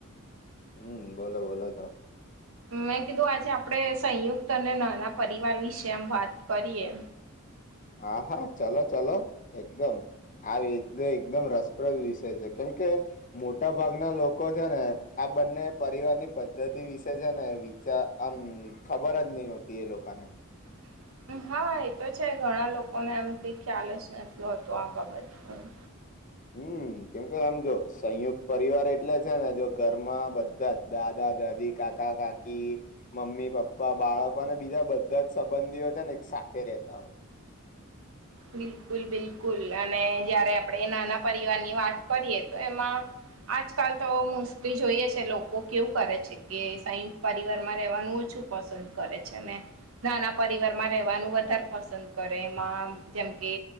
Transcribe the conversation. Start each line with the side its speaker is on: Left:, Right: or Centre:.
Left: હમ્મ બોલો બોલો ત
Right: મેં કીધું આજે આપણે સંયુક્ત અને નાના પરિવાર વિશે આમ વાત કરીએ
Left: હા, હા ચલો ચલો એકદમ આ એક એકદમ રસપ્રદ વિષય છે કેમ કે મોટા ભાગના લોકો છે, ને આ બંને પરિવાર ની પદ્ધતિ વિશે છે ને ચા આમ ખબર જ નહી હોતી એ લોકાને
Right: <inaudible> હા, એ તો છે ઘણા લોકોને એમ કઈ ખ્યાલ જ નથી હોતો આ બાબત પણ
Left: હમ્મ કેમ કે આમ જો સંયુક્ત પરિવાર એટલે છે ને જો ઘરમાં બધા જ દાદા દાદી કાકા કાકી મમ્મી પપ્પા બાળકો અને બીજા બધા જ સંબંધીઓ છે ને સાથે રહેતા હોય
Right: બિલકુલ બિલકુલ અને જયારે આપડે નાના પરિવારની વાત કરીએ, તો એમાં આજકાલ તો મોસ્ટલી જોઈએ છે લોકો કેવું કરે છે, કે સંયુક્ત પરિવાર માં રહેવાનું જ છુ પસંદ કરે છે, ને નાના પરિવાર માં રહેેવાનું વધારે પસંદ કરે એમાં જેમ કે